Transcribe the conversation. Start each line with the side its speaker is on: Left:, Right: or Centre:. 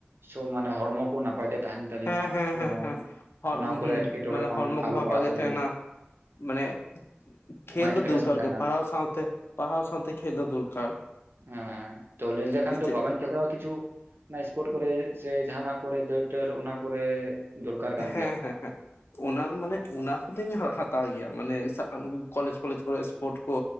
Right: ᱥᱚᱦ ᱢᱟᱱᱮ, ᱦᱚᱲᱢᱚ ᱠᱚ, ᱱᱟᱯᱟᱭ <unintelligible> ᱛᱟᱦᱮᱸᱱ ᱛᱟᱹᱞᱤᱧ
Left: ᱦᱮᱸ
Right: ᱢᱟ,
Left: ᱦᱮᱸ
Right: ᱡᱮᱢᱚᱱ
Left: ᱦᱮᱸ ᱦᱮᱸ ᱦᱚᱲ
Right: ᱚᱱᱟ
Left: ᱦᱩᱸ
Right: ᱠᱚᱨᱮ, ᱮᱸᱴᱠᱮᱴᱚᱬᱮ
Left: ᱢᱟᱱᱮ
Right: ᱠᱷᱚᱱ,
Left: ᱦᱚᱲᱢᱚ
Right: ᱟᱞᱚ
Left: ᱠᱚ ᱵᱷᱟ
Right: ᱯᱟᱲᱟᱜ
Left: ᱵᱷᱟᱜᱮ
Right: ᱛᱟᱹᱞᱤᱧ
Left: ᱛᱟᱦᱮᱱᱟ
Right: ᱢᱟ
Left: ᱢᱟᱱᱮ, ᱠᱷᱮᱞ
Right: ᱢᱟᱭᱤᱱᱰ
Left: ᱫᱚ
Right: ᱯᱷᱨᱮᱥ
Left: ᱫᱚᱨᱠᱟᱨ
Right: ᱦᱚᱸ ᱛᱟᱦᱮᱱᱟ
Left: ᱜᱮ, ᱯᱟᱲᱦᱟᱣ ᱥᱟᱶᱛᱮ, ᱯᱟᱲᱦᱟᱣ ᱥᱟᱶᱛᱮ ᱠᱷᱮᱞ ᱫᱚ, ᱫᱚᱨᱠᱟᱨ
Right: ᱦᱮᱸᱻ, ᱛᱚ, ᱞᱟᱹᱭ ᱞᱮᱠᱷᱟᱱ
Left: ᱥᱮ
Right: ᱫᱚ,
Left: ᱪᱮᱫ
Right: ᱵᱟᱵᱮᱱ ᱠᱷᱮᱞ ᱛᱮᱦᱚᱸᱠᱤᱪᱷᱩ, ᱤᱥᱯᱳᱨᱴ ᱠᱚᱨᱮ, ᱥᱮ, ᱡᱟᱦᱟᱸᱱᱟᱜ ᱠᱚᱨᱮ, ᱫᱟᱹᱲ ᱴᱟᱹᱨ, ᱚᱱᱟ ᱠᱚᱨᱮ ᱫᱚᱨᱠᱟᱨ
Left: ᱦᱮᱸᱻ
Right: ᱠᱟᱱ ᱜᱮᱭᱟ
Left: ᱦᱮᱸᱻ ᱦᱮᱸ ᱾ ᱚᱱᱟ ᱢᱟᱱᱮ, ᱚᱱᱟ ᱠᱚᱫᱚᱧ, ᱦᱟᱛᱟᱣ ᱜᱮᱭᱟ, ᱢᱟᱱᱮ, <unintelligible> ᱠᱚᱞᱮᱡᱽ ᱯᱷᱞᱮᱡᱽ ᱠᱚᱨᱮ, ᱤᱥᱯᱳᱨᱴ ᱠᱚ